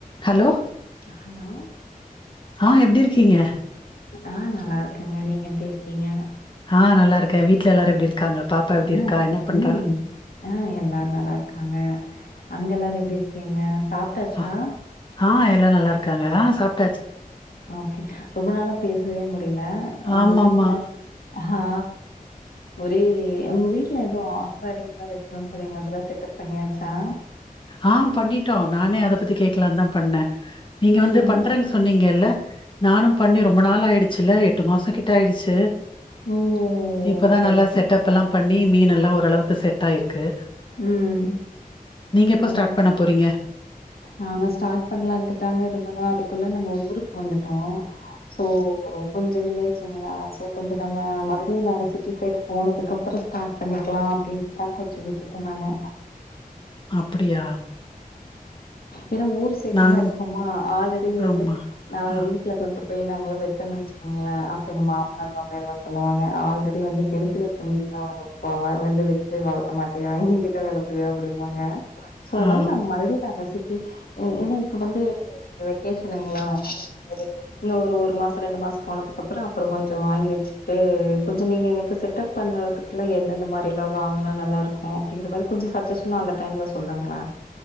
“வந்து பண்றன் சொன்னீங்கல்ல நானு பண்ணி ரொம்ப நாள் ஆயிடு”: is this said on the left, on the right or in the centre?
Left